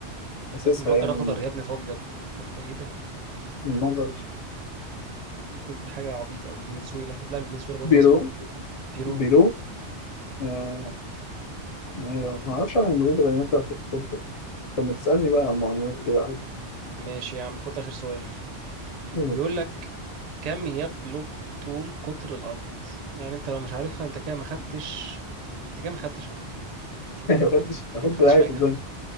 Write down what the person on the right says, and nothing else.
يا ابني مجر
أخضر يا ابني فأبيض انت انت ايه ده؟
ممكن يكون حاجة عبيطة أوي فنزويلا لا فنزويلا برضه
أصفر بيرو
ماشي يا عم خد آخر سؤال
بيقول لك كم يبلغ طول قطر الأرض يعني انت لو مش عارفها انت كده ما خدتش انت كده ما خدتش عامة شوف
انت
كده ما خدتش
حاجة